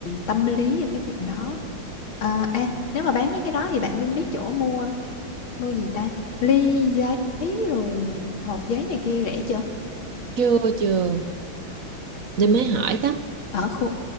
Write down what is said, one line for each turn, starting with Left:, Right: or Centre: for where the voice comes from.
Left: tâm lý về cái chuyện đó à, à nếu mà bán mấy cái đó thì bạn Linh biết chỗ mua mua gì ta ly giấy rồi hộp giấy này kia rẻ chưa
Right: chưa chưa nên mới hỏi đó
Left: ở khu